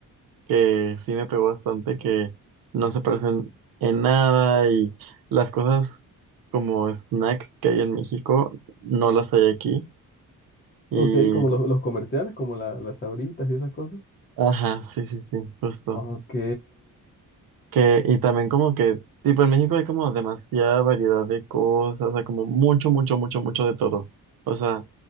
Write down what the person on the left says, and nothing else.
Ok, como los, los comerciales, como la- las sabritas y esas cosas.
Ok.